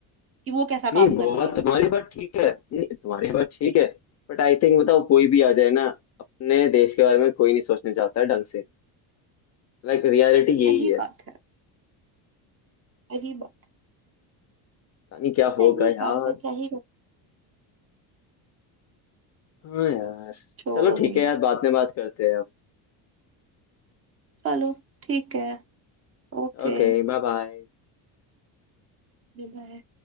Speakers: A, on the right; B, on the left.
A: कि वो कैसा
B: नहीं
A: काम
B: वो
A: कर रही
B: बात
A: है
B: तुम्हारी बात ठीक है नहीं तुम्हारी बात ठीक है बट आई थिंक बताओ कोई भी आ जाए ना अपने देश के बारे में कोई नहीं सोचने चाहता है ढंग से लाइक रियलिटी यही
A: सही
B: है
A: बात है सही बात
B: पता नहीं क्या होगा
A: सही
B: यार
A: बात है क्या ही कर-
B: हाँ यार
A: छोड़ो
B: चलो ठीक
A: भाई
B: है यार बाद में बात करते हैं अब
A: चलो ठीक है Okay
B: Okay bye bye
A: bye